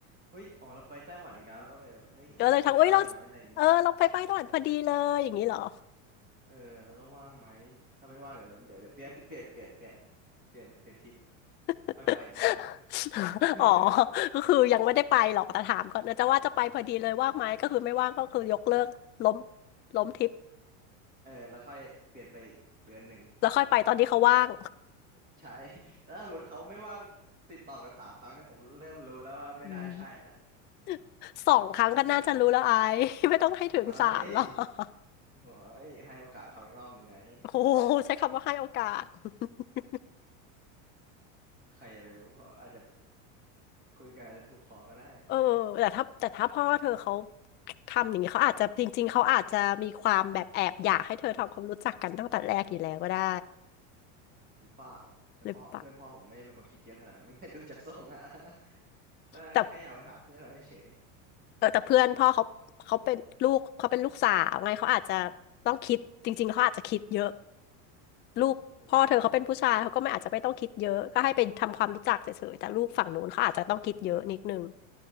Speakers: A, on the right; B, on the left.
A: เฮ้ยอ๋อเราไปไต้หวันอีกแล้วแล้วก็ไปแบบเฮ้ย
B: ๆก็เลยทักอุ้ยเรา
A: มากินข้าวกันไหมอะไรอย่างเงี้ย
B: เออเราไปไปตอนพอดีเลยอย่างนี้เหรอ
A: เออแล้วก็ว่างไหมถ้าไม่ว่างเดี๋ยวเดี๋ยวเดี๋ยว <laughs> เปลี่ยนเปลี่ยนเปลี่ยนเปลี่ยนเปลี่ยนเปลี่ยนทริป
B: <laughs>
A: ค่อยไปอีกรอบหนึ่ง <laughs>
B: อ๋อก็คือยังไม่ได้ไปหรอกแต่ถามก่อนนะจะว่าจะไปพอดีเลยว่างไหมก็คือไม่ว่างก็คือยกเลิกล้มล้มทริป
A: เออแล้วค่อยเปลี่ยนไปอีกเดือนหนึ่ง
B: แล้วค่อยไปตอนที่เขาว่าง
A: อ่าประมาณนั้นใช่ <laughs> แล้วถ้าสมมติเขาไม่ว่างติดต่อกันสามครั้งเนี่ยผมเริ่มรู้แล้วว่าไม่น่าใช่แล้ว
B: อืม <laughs> สองครั้งก็น่าจะรู้แล้วไอ้ <laughs> ไม่ต้องให้ถึงสามหรอก
A: <laughs> เอ้ย
B: <laughs>
A: โอ้ยให้โอกาสเขาอีกรอบหนึ่งไง
B: โอ้โหใช้คำว่าให้โอกาส <laughs>
A: ใครจะไปรู้เขาอาจจะคุยกันอาจจะถูกคอก็ได้
B: เออแต่ถ้าแต่ถ้าพ่อเธอเขาทำอย่างนี้เขาอาจจะจริงๆเขาอาจจะมีความแบบแอบอยากให้เธอทำความรู้จักกันตั้งแต่แรกอยู่แล้วก็ได้
A: เออหรือเปล่าแต่พ่อเพื่อนพ่อผมไม่ได้เป็นคนคิดเยอะขนาดนั้น
B: หรือเปล่า
A: <laughs> ดูจากทรงอะ <laughs> แต่แค่อยากไปหาเพื่อนเราเฉย
B: แต่ เออแต่เพื่อนพ่อเขาเขาเป็นลูกเขาเป็นลูกสาวไงเขาอาจจะต้องคิดจริงๆเขาอาจจะคิดเยอะลูกพ่อเธอเขาเป็นผู้ชายเขาก็ไม่อาจจะไม่ต้องคิดเยอะก็ให้ไปทำความรู้จักเฉยๆแต่ลูกฝั่งนู้นเขาอาจจะต้องคิดเยอะนิดนึง
A: เอ้ยเออว่ะ